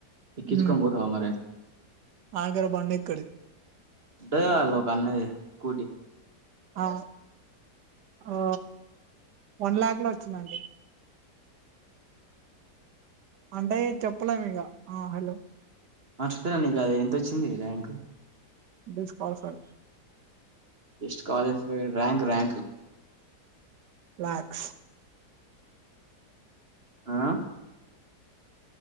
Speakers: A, on the right; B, on the right.
A: ఎక్కించుకొని
B: ఉమ్
A: పోతావా మరే
B: ఆఖరి బండి ఎక్కడిది
A: ఉంటది కదా <unintelligible> ఆన్నా దే స్కూటీ
B: ఆ ఆ వన్ ల్యాక్ లో వచ్చిందండి అంటే చెప్పలేము ఇక ఆ హలో
A: మర్చిపోయిన నీ కది ఎంతొచ్చింది rank
B: disqualify
A: disqualify rank rank
B: lakhs
A: ఆ